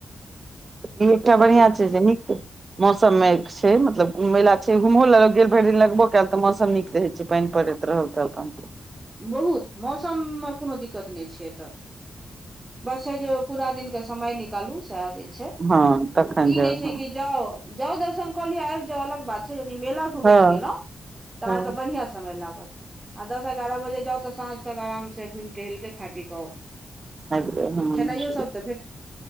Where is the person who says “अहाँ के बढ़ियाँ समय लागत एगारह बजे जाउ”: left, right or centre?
Right